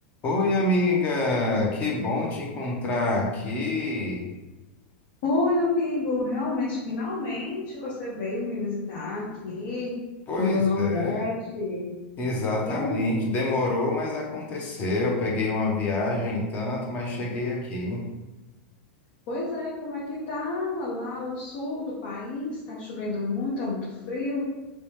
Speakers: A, on the left; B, on the left.
A: Oi, amiga, que bom te encontrar aqui.
B: Oi, amigo. Realmente, finalmente você veio me visitar aqui
A: Pois
B: no meu Nordeste.
A: é, exatamente.
B: E aí,
A: Demorou, mas aconteceu. Peguei uma viagem e tanto, mas cheguei aqui.
B: pois é, como é que tá lá o sul do país? Tá chovendo muito, tá muito frio.